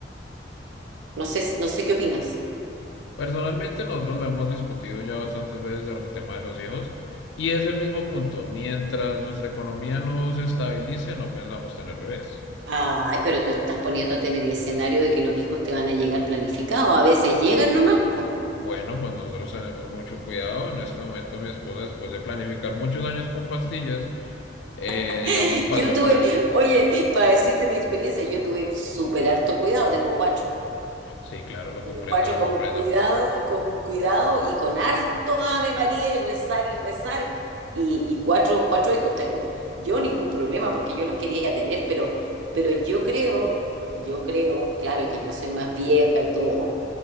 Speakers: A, on the right; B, on the left.
A: No sé, no sé qué opinas.
B: Personalmente, nosotros lo hemos discutido ya bastantes veces el tema de los hijos y es el mismo punto. Mientras nuestra economía no se estabilice, no pensamos tener bebés.
A: Ay, pero tú estás poniéndote en el escenario de que los hijos te van a llegar planificados. A veces llegan nomás, po.
B: Bueno, pues nosotros tenemos mucho cuidado. En este momento mi esposa, después de planificar muchos años con pastillas, eh,
A: <laughs>
B: digamos, pasó
A: Yo tuve,
B: con el...
A: oye, para decirte mi experiencia, yo tuve súper harto cuidado, tengo cuatro.
B: Sí, claro, lo comprendo,
A: Cuatro
B: lo
A: con
B: comprendo.
A: cuidado, con cuidado y con harto Ave María y rezar y rezar. Y, y cuatro, cuatro hijos tengo. Yo ningún problema porque yo los quería tener, pero, pero yo creo, yo creo, claro que yo soy más vieja y todo,